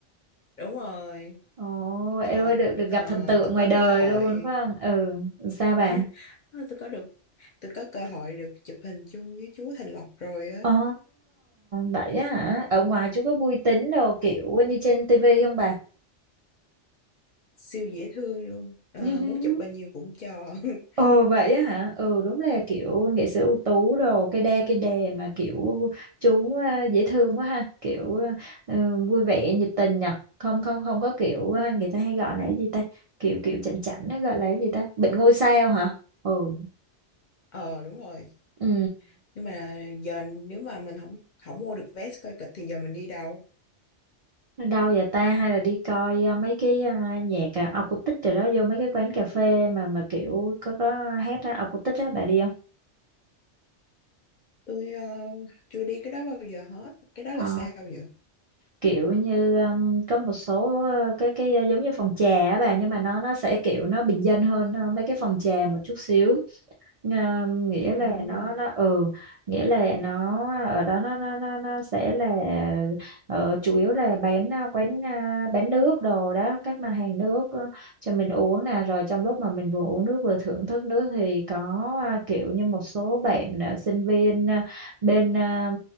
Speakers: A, on the left; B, on the right.
A: đúng rồi
B: Ồ, em
A: hồi
B: ơi được được
A: ờ,
B: gặp thần tượng
A: tôi có
B: ngoài đời
A: cơ hội
B: luôn phải không? Ừ, sao
A: <laughs>
B: bà?
A: Ờ, tôi có được tôi có cơ hội được chụp hình chung với chú Thành Lộc rồi á
B: Ồ, vậy á hả? Ở ngoài chú có vui tính đồ kiểu như trên tivi không bà?
A: siêu dễ thương luôn Ờ,
B: <laughs>
A: muốn chụp bao nhiêu cũng cho <laughs>
B: Ồ vậy á hả? Ừ đúng là kiểu nghệ sĩ ưu tú đồ cây đa cây đề mà kiểu chú à, dễ thương quá ha, kiểu à, ừ, vui vẻ nhiệt tình nhở. Không không không có kiểu à, người ta hay gọi là cái gì ta? Kiểu kiểu chảnh chảnh nó gọi là cái gì ta? Bệnh ngôi sao hả? Ừ.
A: ờ đúng rồi
B: Ừ.
A: nhưng mà giờ nếu mà mình không không mua được vé coi kịch thì giờ mình đi đâu
B: Đâu vậy ta hay là đi coi à, mấy cái à, nhạc à, acoustic rồi đó vô mấy cái quán cà phê mà mà kiểu có có hát á, acoustic á bà đi không?
A: tôi ờ, chưa đi cái đó bao giờ hết cái đó
B: Ờ,
A: là sao vậy
B: kiểu như um, có một số ờ, cái cái ờ, giống như phòng trà á bà nhưng mà nó nó sẽ kiểu nó bình dân hơn ờ, mấy cái phòng trà một chút xíu Nga- nghĩa là
A: Ừm.
B: nó nó ừ nghĩa là nó ở đó nó nó nó, nó sẽ là ờ, chủ yếu là bán ờ, quán ờ, bán nước đồ đó các mặt hàng nước ờ, cho mình uống nè rồi trong lúc mà mình vừa uống nước vừa thưởng thức nước thì có ờ, kiểu như một số bạn ờ, sinh viên ờ, bên ờ,